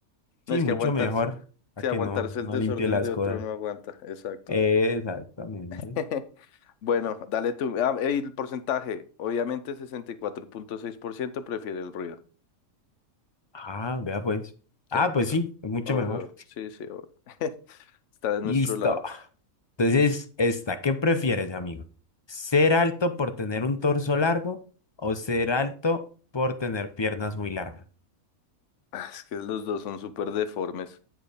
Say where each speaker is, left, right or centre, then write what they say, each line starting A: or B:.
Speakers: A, on the left; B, on the left.
A: sí,
B: No es
A: mucho
B: que aguantarse.
A: mejor a
B: Sí,
A: que
B: aguantarse
A: no, no
B: el desorden
A: limpie las
B: de otro
A: cosas.
B: no aguanta. Exacto.
A: Exactamente.
B: <laughs> Bueno, dale tú. Ah, el porcentaje. Obviamente sesenta y cuatro punto seis por ciento prefiere el ruido.
A: Ah, vea pues.
B: Sí,
A: Ah,
B: ahí
A: pues
B: está.
A: sí, es mucho
B: Obvio.
A: mejor.
B: Sí, sí, obvio. <laughs> Está de nuestro
A: Listo.
B: lado.
A: Entonces, esta, ¿qué prefieres, amigo? ¿Ser alto por tener un torso largo o ser alto por tener piernas muy largas?
B: Ah, Es que los dos son súper deformes.